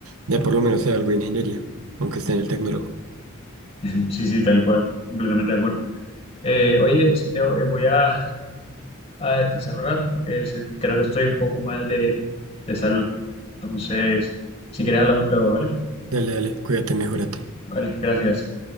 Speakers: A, on the right; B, on the left.
A: ya por lo menos sea algo de ingeniería, aunque esté en el tecnólogo.
B: <laughs> Sí, sí, tal cual, completamente de acuerdo. Eh, oye, Santiago, eh, voy a, a descansar un rato, eh, se- creo que estoy un poco mal de, de salud, entonces, si quieres hablamos luego, ¿vale?
A: Dale, dale, cuídate, mejórate.
B: Vale, gracias.